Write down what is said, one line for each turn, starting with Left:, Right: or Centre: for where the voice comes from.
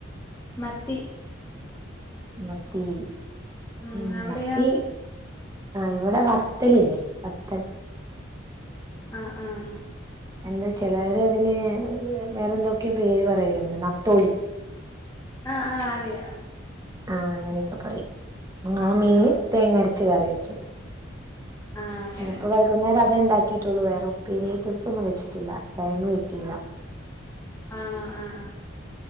Left: മത്തി.
Right: മത്തി
Left: ഉം
Right: മ്മ്
Left: അവിടെയോ
Right: മത്തി ഇവടെ വ പതലില്ലേ പത്തൽ.
Left: ആ ആ
Right: എന്താച്ചാല് അവര് അതിന് വേറെ എന്തെക്കെയോ പേര് പറയുന്നുണ്ട് നത്തോലി.
Left: ആ ആ അറിയാം.
Right: ആ അങ്ങനെയൊക്കെ പറയും ആ മീന്
Left: ഉം
Right: തേങ്ങ അര ച്ച് കറി വെച്ചത്.
Left: ആ അങ്ങനെ
Right: ഇനിയിപ്പോ
Left: ഉം
Right: വൈകുന്നേരം അത് ഇണ്ടാക്കി. ട്ടുള്ളു വേറെ ഉപ്പേരി ഐറ്റംസ് ഒന്നും വെച്ചിട്ടില്ല. ടൈം കിട്ടിയില്ല.
Left: ആണോ ആ ആ